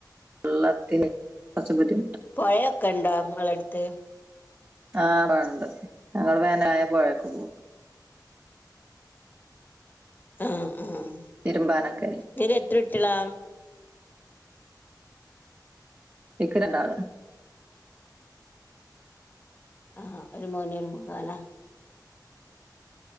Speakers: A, on the right (about 25°); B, on the left (about 25°).
A: ള്ളത്തിന് കൊർച്ച് ബുന്തി
B: പോഴൊക്കെണ്ടോ ഇങ്ങളെട്ത്ത്
A: ആഹ് ബടണ്ട് ഞങ്ങള് വേനലായ പൊഴേക്കോകും
B: ആഹ് ആഹ്
A: തിരുമ്പാനൊക്കെ
B: ങക് എത്രട്ട്യളാ
A: ഇക്ക് രണ്ടാള്
B: ആഹ് ഒര്മോന് ഒര്മോളാലെ